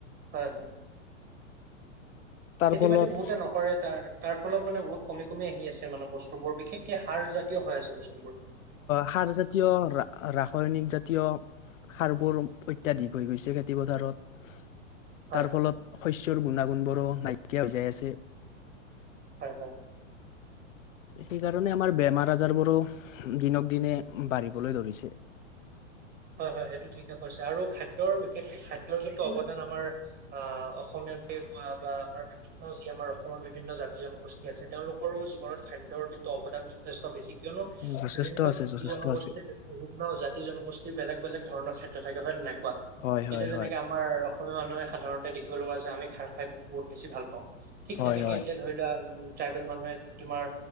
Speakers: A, on the right; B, on the left.
A: হয় হয়
B: তাৰ
A: খেতি
B: ফলত
A: বাতি বহুতে নকৰে তাৰ তাৰ ফলত মানে বহুত কম কমি আহি আছে মানে বস্তু বোৰ বিশেষকে সাৰ জাতিঅ কিয় হৈ আছে বস্তু
B: সাৰ জাতীয় ৰাসায়নিক জাতীয় সাৰ বোৰ ইত্যাদি হৈ গৈছে খেতি পথাৰত
A: হয়
B: তাৰ ফলত শস্যৰ গুণাগুণবোৰ নাইকিয়া হৈ যাই আছে
A: হয় হয়
B: সেইকাৰণে আমাৰ বেমাৰ আজাৰ বোৰো দিনক দিনে বাঢ়িবলৈ ধৰিছে
A: হয় হয় সেইটো ঠিকে কৈছে আৰু খাদ্যৰ বিশেষকে খাদ্যৰ কিন্তু অৱদান আমাৰ আহ অসমীয়াকে কোৱা বা আমাৰ বিভিন্ন যি আমাৰ অসমৰ বিভিন্ন জাতি জনগোষ্ঠী আছে তেওঁলোকৰো জীৱনত খাদ্যৰ কিন্তু অৱদান যথেষ্ট বেছি কিয়নো
B: যথেষ্ট
A: বিভিন্ন
B: আছে
A: জাতি
B: যথেষ্ট
A: জনগোষ্ঠীৰ
B: আছে
A: বিভিন্ন জাতি জনগোষ্ঠী বেলেগ বেলেগ ধৰণৰ খাদ্য থাকে হয় নে নাই কোৱা
B: হয় হয়
A: এতিয়া যেনেকে
B: হয়
A: আমাৰ অসমীয়া মানুহে সাধাৰণতে দেখিব লগ পোৱা যে আমি <unintelligible> খাৰ খাই বহুত বেছি ভাল পাওঁ ঠিক
B: হয়
A: তেনেকে
B: হয়
A: এতিয়া ধৰি লোৱা আৰু ট্ৰাইবেল মানুহে তোমাৰ